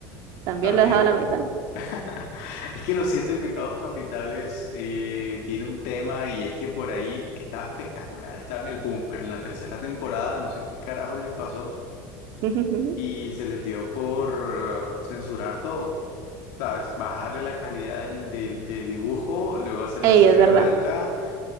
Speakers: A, on the right; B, on the left.
A: también
B: También.
A: lo he dejado a la mitad.
B: <laughs> Es que los siete pecados capitales eh, tiene un tema y es que por ahí estaba espectacular, estaba en el boom, pero en la tercera temporada no sé qué carajo les pasó
A: <laughs>
B: y se les dio por eh, censurar todo. ¿Sabes? Bajarle la calidad del, del- de dibujo, luego hacer
A: Ey,
B: la sangre
A: es verdad.
B: blanca